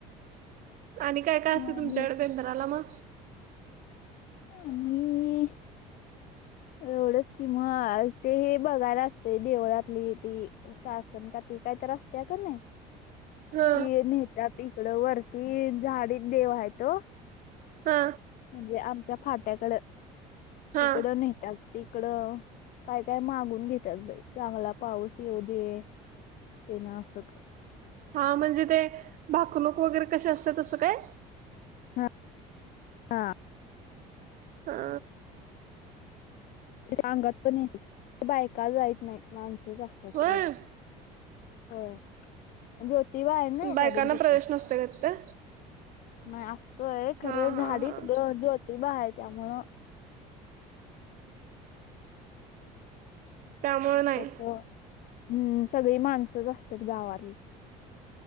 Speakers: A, on the right; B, on the left.
A: आणि काय काय असतंय
B: मग
A: तुमच्याकड
B: आणि
A: बेंदराला म?
B: आणि. एवढंच कि मगं ते, हे बघायला असतंय देवळातली ती. सासनकाठी ते काय तर असत्या का नाही.
A: ह
B: ती नेतात इकडं, वरती झाडीत देव आहे तो.
A: हा.
B: म्हणजे आमच्या फाट्याकड,
A: हा
B: तिकडं नेतात. तिकडं काय-काय मागून घेतात बाई, चांगला पाऊस येऊ दे. ते ना अस.
A: हा म्हणजे ते, भाकणूक वगैरे कशी असते तसं काय.
B: हा, हा.
A: हा.
B: अंगात पण बायका जाईत नाही, माणसंच जात्यात.
A: होय
B: होय ज्योतिबा आहे ना
A: बायकांना
B: कारन तिथं.
A: प्रवेश नसतोय का तिथं?
B: नाही असतोय खरं,
A: हा
B: झाडीत
A: हा हा
B: जोतीबा आहे त्यामुळं
A: त्यामुळे नाही.
B: तस हम्म, सगळी माणसंच असतात गावात.